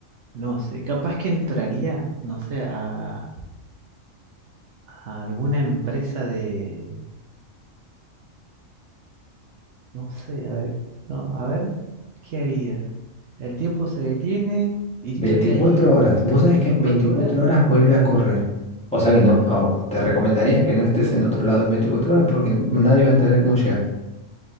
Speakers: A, on the right (about 65°); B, in the centre.
A: No sé, capaz que entraría, no sé, a, a alguna empresa de, no sé, a ver, no, a ver, ¿qué haría? El tiempo se detiene y estoy
B: 24
A: ahí
B: horas. Vos sabés
A: 24
B: que en 24
A: horas.
B: horas vuelve a correr. O sea
A: Ajá.
B: que no, ah, te recomendaría que no estés en otro lado en 24 horas porque nadie va a entender cómo llegaste.